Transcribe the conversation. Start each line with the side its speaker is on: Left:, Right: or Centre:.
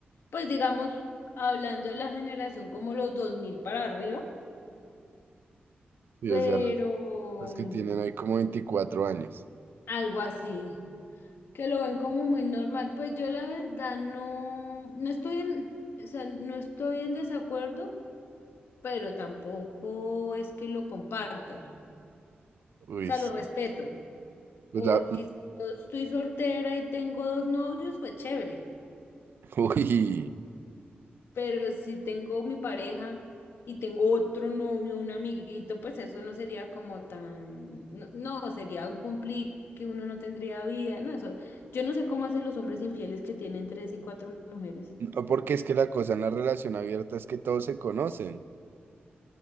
Left: Pues digamos, hablando de la generación como los 2000 para arriba,
Right: Sí,
Left: pero
Right: o sea, los, los
Left: mm,
Right: que tienen ahí como 24 años.
Left: algo así, que lo ven como muy normal. Pues yo la verdad no, no estoy en, o sea, no estoy en desacuerdo, pero tampoco es que lo comparta.
Right: Uy,
Left: O sea,
Right: sí.
Left: lo respeto.
Right: Pues
Left: Porque
Right: la,
Left: si yo estoy soltera y tengo dos novios, pues chévere.
Right: <laughs> uy,
Left: Pero si tengo mi pareja y tengo otro novio, un amiguito, pues eso no sería como tan, no, no, sería un complique, que uno no tendría vida, no, eso. Yo no sé cómo hacen los hombres infieles que tienen tres y cuatro mujeres.
Right: no, porque es que la cosa en la relación abierta es que todos se conocen.